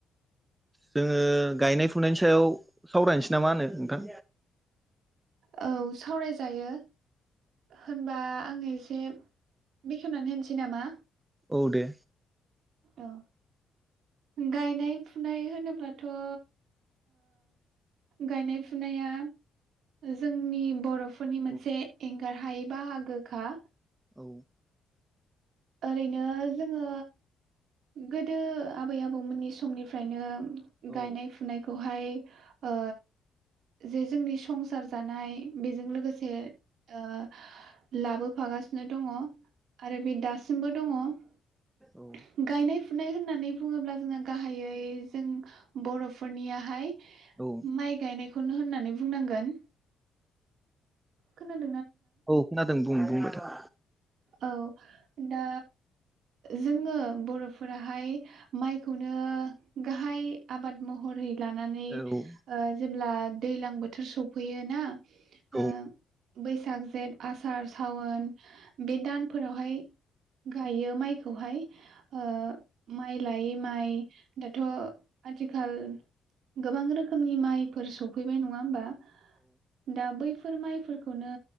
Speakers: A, on the right (about 15°); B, on the right (about 75°).
A: जोङो गायनाय फुनायनि सायाव सावरायनोसै नामा होनो नोंथां?
B: औ! सावरायजायो। होनबा आङो एसे बेखेवनानै होनसै नामा?
A: औ दे।
B: औ गायनाय-फुनाय होनोब्लाथ' ओ! गायनाय फुनाया जोंनि बर'फो फोरनि मोनसे
A: औ
B: एंगार हायै बाहागोखा,
A: औ
B: ओरैनो जोङो गोदो आबै-आबौमोननि समनिफ्रायनो
A: औ
B: गायनाय-फुनायखौहाय ओ जे जोंनि संसार जानाय बेजों लोगोसे ओ लाबोफागासिनो दङ आरो बे दास- मबो दङ
A: औ
B: गायनाय-फु -फुनाय होननानै बुङोब्ला जोंहा गाहायै जों बर'फोरनियाहाय
A: औ
B: माइ गायनाय खौनो होननानै बुंनांगोन। खोनादो
A: औ खोनादों बुं बुंदो। जोंहा
B: औ दा जोङो बर'फोराहाय माइखौनो गाहाय आबाद महरै लानानै
A: औ
B: ओ जेब्ला दैलां बोथोर सफैयो ना?
A: औ
B: ओं। बैसाग जेठ आसार सावोन। बे दानफोरावहाय गायो माइखौहाय ओ माइ लायै माइ दाथ आथिखाल गोबां रोखोमनि माइफोर सौफैबाय नङा होमबा? दा बैफो फोर माइफोरखौनो